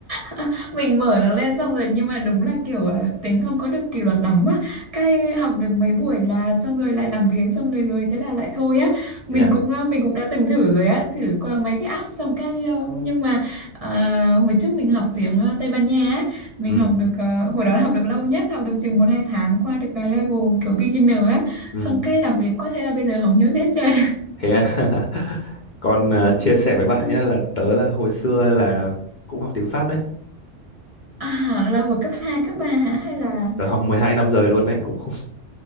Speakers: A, on the right; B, on the left.
A: <laughs> mình mở nó lên xong rồi nhưng mà đúng là kiểu à, tính không có được kỷ luật lắm á cái học được mấy buổi là xong rồi lại làm biếng xong rồi lười thế là lại thôi á mình
B: Thế à?
A: cũng à, mình cũng đã từng thử rồi á thử qua mấy cái app xong cái à, nhưng mà à, hồi trước mình học tiếng à, Tây Ban Nha á mình
B: Ừ,
A: học được à, hồi đó học được lâu nhất học được chừng một hai tháng qua được à, level kiểu beginner á
B: ừ.
A: xong cái làm biếng quá thế là bây giờ không nhớ hết trơn
B: Thế à? <laughs> Còn à, chia sẻ với bạn
A: <laughs>
B: nhé là tớ là hồi xưa là cũng học tiếng Pháp đấy.
A: à, là hồi cấp 2 cấp 3 hả hay là
B: Tớ học 12 năm rồi luôn đấy, cũng không